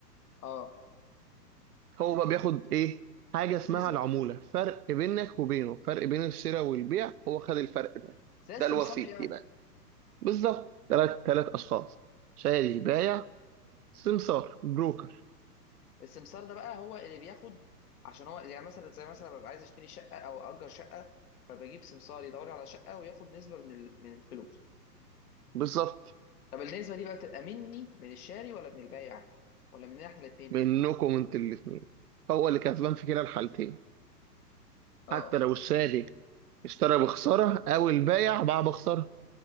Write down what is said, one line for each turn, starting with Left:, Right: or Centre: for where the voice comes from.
Left: اه
Right: هو بقى بياخد ايه حاجه اسمها
Left: نسبه
Right: العموله فرق بينك وبينه فرق بين الشراء والبيع هو خد الفرق ده
Left: زي السمسار
Right: ده الوسيط
Left: يعني
Right: يبقى بالظبط ثلاث ثلاث اشخاص شاري بايع سمسار بروكر
Left: السمسار ده بقى هو اللي بياخد عشان هو يعني مثلا زي مثلا ببقى عايز اشتري شقه او اجر شقه فبجيب سمسار يدور لي على شقه وياخد نسبه من ال- من الفلوس
Right: بالظبط
Left: طب النسبه دي بقى بتبقى مني من الشاري ولا من البايع ولا مننا احنا الاثنين
Right: منكم انتوا الاثنين هو اللي كسبان في كلا الحالتين
Left: اه
Right: حتى لو الشاري اشترى بخساره او البايع باع بخساره